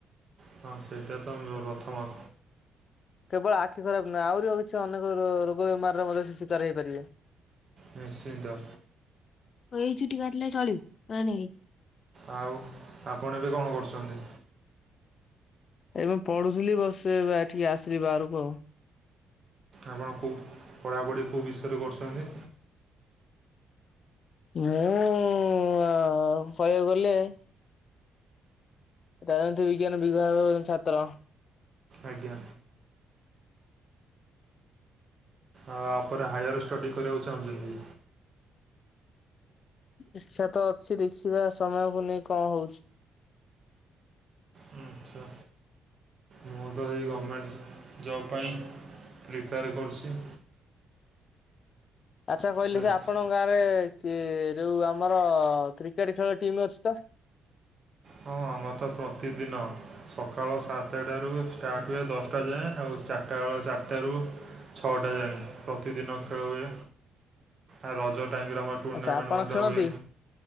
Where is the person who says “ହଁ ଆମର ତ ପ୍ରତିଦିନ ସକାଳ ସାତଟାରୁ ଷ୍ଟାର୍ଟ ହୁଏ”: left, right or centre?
Right